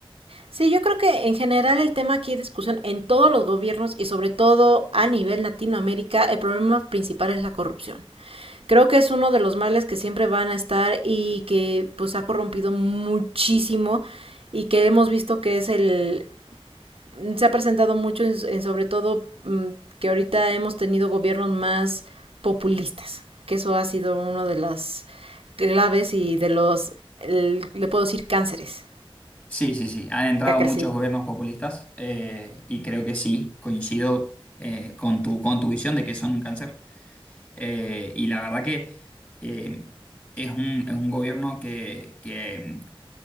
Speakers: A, on the right; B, on the left.
A: Sí, yo creo que en general el tema aquí de discusión en todos los gobiernos y sobre todo a nivel Latinoamérica, el problema principal es la corrupción. Creo que es uno de los males que siempre van a estar y que pues ha corrompido muchísimo y que hemos visto que es el, mm, se ha presentado mucho en, en sobre todo mm, que ahorita hemos tenido gobiernos más populistas, que eso ha sido uno de las claves y de los, el, le puedo decir, cánceres
B: Sí, sí, sí. Han entrado
A: que ha crecido.
B: muchos gobiernos populistas eh, y creo que sí, coincido eh, con tu, con tu visión de que son un cáncer. Eh, y la verdad que eh, es un, es un gobierno que, que mm,